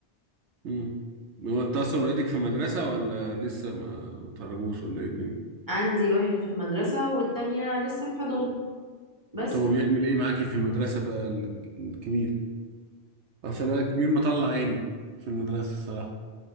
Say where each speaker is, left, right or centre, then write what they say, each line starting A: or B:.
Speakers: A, on the right; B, on the right.
A: امم هو انت اصلا ولادك في مدرسة ولا لسه ما متخرجوش ولا ايه الدنيا؟
B: عندي واحد في المدرسة والتانية لسه في حضانة بس
A: طب هو بيعمل ايه معاكي في المدرسة بقى ال- الكبير؟ عشان انا الكبير مطلع عيني في المدرسة الصراحة